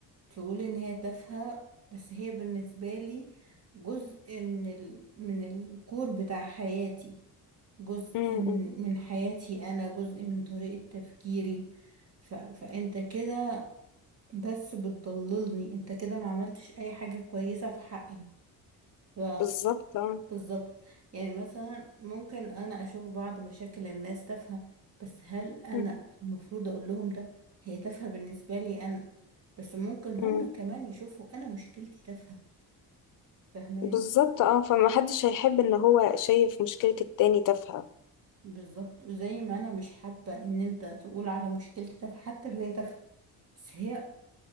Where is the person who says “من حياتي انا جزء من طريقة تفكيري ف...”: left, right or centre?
Right